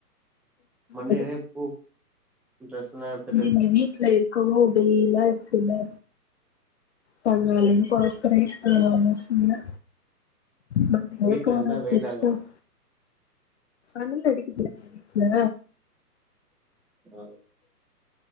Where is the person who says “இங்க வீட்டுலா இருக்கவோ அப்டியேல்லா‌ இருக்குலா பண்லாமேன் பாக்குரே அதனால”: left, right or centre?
Left